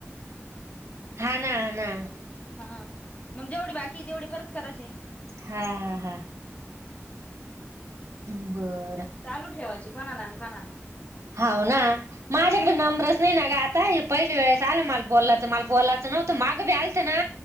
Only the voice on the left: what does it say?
हा मग जेवढी बाकी तेवढी परत करायचे.
हा.
चालू ठेवायची कोणाला कोणाला?
हम्म